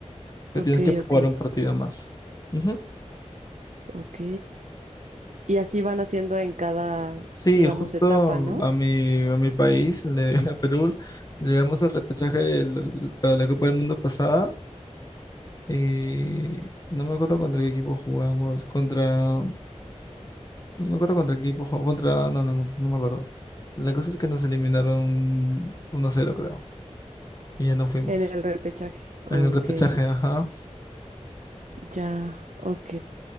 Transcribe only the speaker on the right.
ok,
ok,
ok. Y así van haciendo en cada,
digamos,
etapa, ¿no?
En el repechaje.
Ok,
ya, ok.